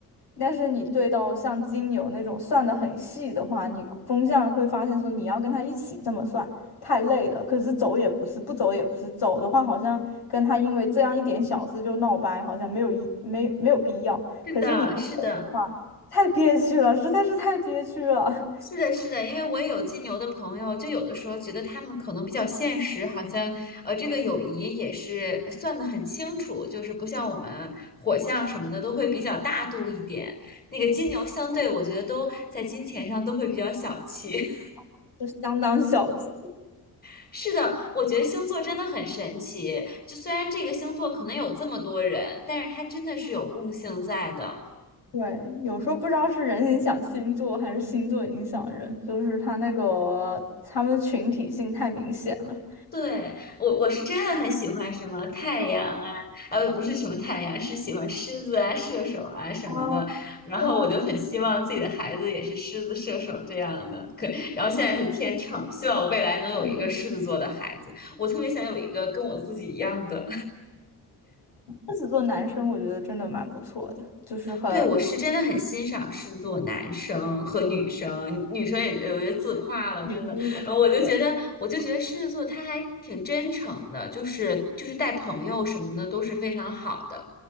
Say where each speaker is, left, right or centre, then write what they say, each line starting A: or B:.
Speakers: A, on the left; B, on the left.
A: 但是你对到像金牛那种算的很细的话，你风向会发现说你要跟他一起这么算，太累了。可是走也不是，不走也不是，走的话好像跟他因为这样一点小事就闹掰，好像没有一没没有必要。
B: 是的，
A: 可是你不走的话，
B: 是的。
A: 太憋屈了，实在是太憋屈了，
B: 是的，是的，因为我也有金牛的朋友，就有的时候觉得他们可能比较现实，好像呃，这个友谊也是呃算得很清楚，就是不像我们火象什么的都会比较大度一点。那个金牛相对，我觉得都在金钱上都会比较小气。
A: <laughs> 就相当小气。
B: <laughs> 是的，我觉得星座真的很神奇，就虽然这个星座可能有这么多人，但是它真的是有共性在的。
A: 对，有时候不知道是人影响星座还是星座影响人，就是他那个他们群体性太明显了。
B: 对，我我是真的很喜欢什么太阳啊，呃，不是什么太阳，是喜欢狮子啊、射手啊什么的。
A: 啊，
B: 然后我就很希望自己的孩子也是狮子、
A: 对啊，
B: 射手这样的。可，然后现在是天秤，希望我未来能有一个狮子座的孩子。
A: 嗯
B: 我特别想有一个跟我自己一样的。
A: 狮子座男生我觉得真的蛮不错的，就是很
B: 对，我是真的很欣赏狮子座男生和女生，女生也有些自夸了，
A: 女生也是对，
B: 真的。然后我就觉得，我就觉得狮子座他还挺真诚的，就是就是带朋友什么的都是非常好的。